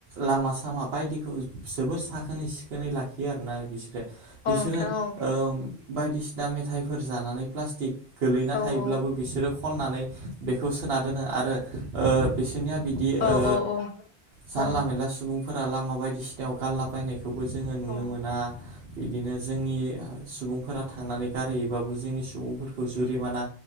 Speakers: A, on the right; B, on the left.
A: लामा सामा सामा बायदिखौ जोबोर साखोनै सिखोनै लाखियो आरोना बिसोरो। बिसोरो
B: औ नोंथां औ।
A: ओ बायदिसिना मेथाइफोर जानानै प्लास्टिक गोलैना
B: औ
A: थायोब्लाबो
B: औ
A: बिसोरो खननानै बेखौ सोना दोनो आरो ओ बिसोरनिया बिदि
B: औ
A: ओ
B: औ
A: जानला
B: औ
A: मोनला सुबुंफोरा लामा बायदिसिना याव गारलाबायनायखौबो जोङो नुनो
B: औ
A: मोना बिदिनो जोंनि ओ सुबुंफोरा थांनानै गारहोयोबाबो जोंनि सुबुंफोरखौ जुरिमाना